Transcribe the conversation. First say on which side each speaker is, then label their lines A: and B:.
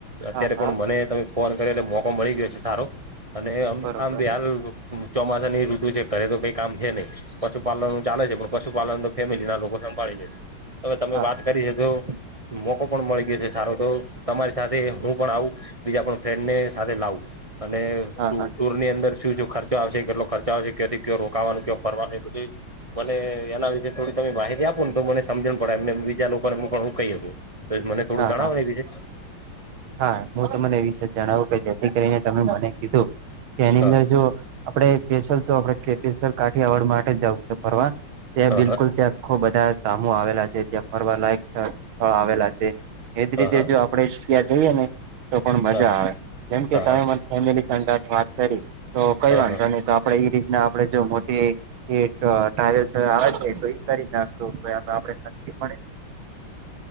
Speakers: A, on the right (about 45°); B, on the right (about 80°).
A: અત્યારે
B: હા હા
A: પણ મને તમે ફોન કર્યો એટલે મોકો મળી ગયો છે સારો અને અમ
B: બરોબર
A: આમ ભી હાલે એતો ચોમાસાની ઋતુ છે, ઘરે તો કંઈ કામ છે નહીં. પશુપાલન નું ચાલે છે, પણ પશુપાલનનું ફેમિલી ના લોકો સંભાળી લે છે. હવે તમે
B: હા
A: વાત કરી છે જો મોકો પણ મળી ગયો છે સારો તો તમારી સાથે હું પણ આવું, બીજા પણ ફ્રેન્ડને સાથે લાવું. અને
B: હા
A: ટુર
B: હા
A: ની અંદર શું-શું ખર્ચો આવશે, કેટલો ખર્ચો આવશે, કેથીક ક્યો રોકાવાનું કયો ફરવાનું ઈ બધુંઈ મને એના વિશે થોડી તમે માહિતી આપો ને તો મને સમજણ પડે એમનેમ બીજા લોકોને હું પણ હું કહી હકું. તો એક મને થોડું
B: હા
A: જણાવો
B: હા
A: એ વિશે.
B: હા. હું તમને એ વિશે જણાવું કે જેથી કરીને તમે મને કીધું. કે એની
A: હા
B: અંદર જો આપણે સ્પેશલ તો આપણે <unintelligible> કાઠીયાવડ માટે જ જાઉં છે ફરવા. ત્યાં
A: હા
B: બિલકુલ
A: હા
B: ત્યાં આખો બધા ધામો આવેલા છે, ત્યાં ફરવાલાયક સ્થળ આવેલા છે. એજ
A: હા
B: રીતે જો આપણેે ત્યાં જઈએ ને તો પણ મજા
A: હા હા
B: આવે. જેમ કે
A: હા
B: તમે મને ફેમીલી <unintelligible> વાત કરી, તો
A: હા
B: કંઈ વાંધો
A: હા
B: નહીં, તો આપણે ઈ રીતના આપણે જો મોટી એક ટ્રાવેલ્સ આવે છે તો ઈ કરી નાખશું. <unintelligible> આપણે સસ્તી પડે <inaudible>